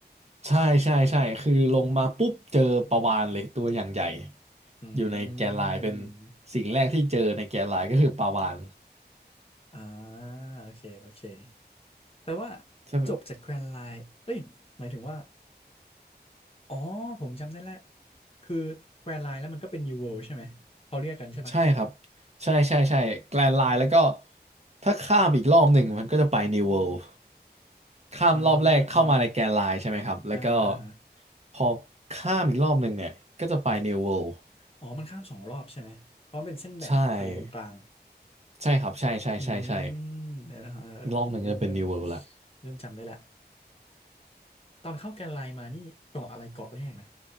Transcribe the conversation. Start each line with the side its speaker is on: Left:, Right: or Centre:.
Right: ใช่ใช่ใช่คือลงมาปุ๊บเจอปลาวาฬเลยตัวอย่างใหญ่
Left: อืม
Right: อยู่ในแกรนด์ไลน์เป็นสิ่งแรกที่เจอในแกรนด์ไลน์ก็คือปลาวาฬ
Left: อ่าโอเคโอเคแปลว่า
Right: ใช่ไหม
Left: จบจากแกรนไลน์เอ้ยหมายถึงว่า อ๋อผมจำได้แล้วคือแควร์ไลน์แล้วมันก็เป็น New World ใช่ไหมเขาเรียกกันใช่ปะ
Right: ใช่ครับใช่ใช่ใช่แกรนด์ไลน์แล้วก็ถ้าข้ามอีกรอบหนึ่งมันก็จะไปนิวเวิลด์ ข้ามรอบแรกเข้ามาในแกนไลน์ใช่ไหมครับ
Left: อ่าฮะอ่าฮะ
Right: แล้วก็
Left: อ่าฮะอ่าฮะ
Right: พอข้ามอีกรอบหนึ่งเนี่ย ก็จะไป New World
Left: อ๋อมันข้ามสองรอบใช่ไหมเพราะมันเป็นเส้นแบ่งทะเลตรงกลาง
Right: ใช่ใช่ครับใช่ใช่ใช่ใช่
Left: อืมเออเออเออผมเริ่มเริ่ม
Right: อีกรอบหนึ่งจะเป็น New World ละ
Left: เริ่มจำได้ละตอนเข้าแกนไลน์มานี่เกาะอะไรเกาะแรกนะ